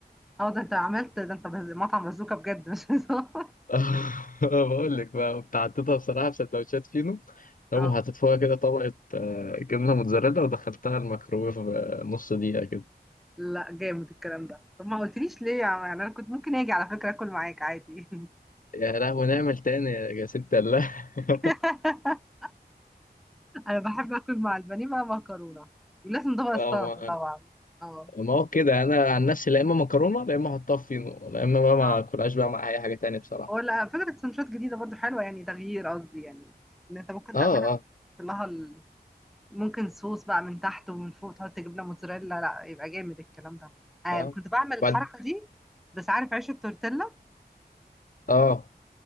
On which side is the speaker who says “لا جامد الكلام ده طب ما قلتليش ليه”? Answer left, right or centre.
Centre